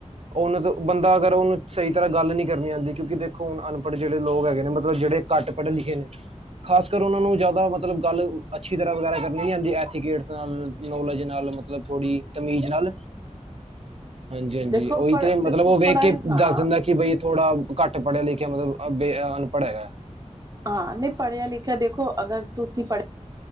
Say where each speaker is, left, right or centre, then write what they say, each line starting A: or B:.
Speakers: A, on the right; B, on the right.
A: ਔਨੂੰ ਤੋਂ ਬੰਦਾ ਅਗਰ ਓਨੂੰ ਸਹੀ ਤਰ੍ਹਾਂ ਗੱਲ ਨੀ ਕਰਨੀ ਆੰਦੀ ਕਿਉਂਕਿ ਦੇ ਖੋ ਹੋਣ ਅਨਪੜ੍ਹ ਜੇੜੇ ਲੋਗ ਹੈਗੇ ਨੇ ਮਤਲਬ ਜੇੜੇ ਘੱਟ ਪੜ੍ਹੇ ਲਿਖੇ ਨੇ। ਖਾਸ ਕਰ ਔਨਾਂ ਨੂੰ ਜੈਦਾ ਮਤਲਬ ਗੱਲ ਅੱਛੀ ਤਰ੍ਹਾਂ ਵਗੈਰਾ ਕਰਨੀ ਨੀ ਆੰਦੀ ਐਥੀਕੇਟਸ ਨਾਲ ਨੋਲੇਜ ਨਾਲ ਮ ਮਤਲਬ ਥੋੜ੍ਹੀ ਤਮੀਜ਼ ਨਾਲ ਹਾਂਜੀ ਹਾਂਜੀ
B: ਦੇਖੋ
A: ਓਹੀ
B: ਪੜ
A: ਤੇ ਮਤਲਬ
B: ਦੇਖੋ
A: ਓਹ ਵੇਖ
B: ਪੜ੍ਹਾਏ
A: ਕੇ
B: ਹਾਂ
A: ਦੱਸ ਦਿੰਦਾ ਕਿ ਕਿ ਬਈ ਥੋੜਾ ਘਾੱਟ ਪੜੇਆ ਲਿਖੇਆ ਮਤਲਬ ਬੇ ਅਨਪੜ ਹੈਗੈ।
B: ਹਾਂ, ਨੀ ਪੜੇਆ ਲਿਖੇਆ ਦੇਖੋ ਅਗਰ ਤੂਸੀ ਪੜੇ